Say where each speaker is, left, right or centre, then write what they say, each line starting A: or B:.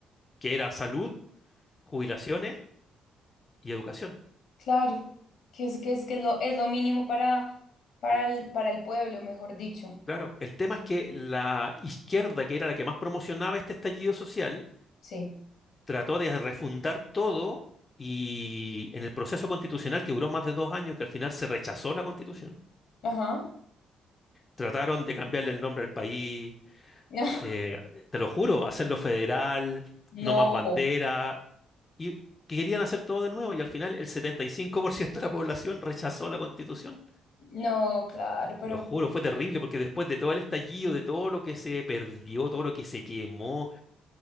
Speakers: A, on the left; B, on the left.
A: que era salud, jubilaciones y educación.
B: Claro, que es que es que es lo, es lo mínimo para, para el, para el pueblo, mejor dicho.
A: Claro, el tema es que la izquierda, que era la que más promocionaba este estallido social,
B: Sí.
A: trató de refundar todo y en el proceso constitucional que duró más de dos años, que al final se rechazó la constitución,
B: Ajá.
A: trataron de cambiarle el nombre al país,
B: <laughs>
A: eh, te lo juro, hacerlo federal,
B: No,
A: no más bandera, y que querían hacer todo de nuevo y al final el 75% de la población rechazó la constitución.
B: no, claro, pero
A: Te lo juro, fue terrible porque después de todo el estallido, de todo lo que se perdió, todo lo que se quemó,